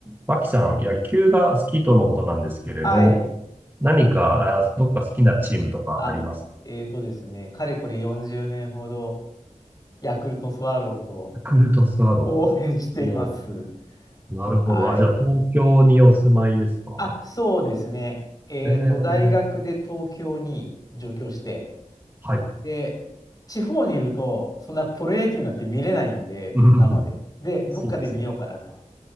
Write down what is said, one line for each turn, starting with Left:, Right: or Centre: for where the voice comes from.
Right: 脇さん、野球が好きとのことなんですけれど、
Left: はい。
Right: 何か、あどっか好きなチームとかあります
Left: あ、えーとですね、かれこれ40年ほど、ヤクルトスワローズを
Right: ヤクルトスワローズなんですね。
Left: 応援しています。
Right: もう、なるほど。
Left: はい。
Right: あ、じゃあ、東京にお住まいですか
Left: あ、そうですね。えーと、
Right: えー、
Left: 大学で東京に上京して、
Right: はい。
Left: で、地方にいると、そんなプロ野球なんて見れないんで、
Right: うん、
Left: 生で。で、どっかで見ようかなと。
Right: そうですね。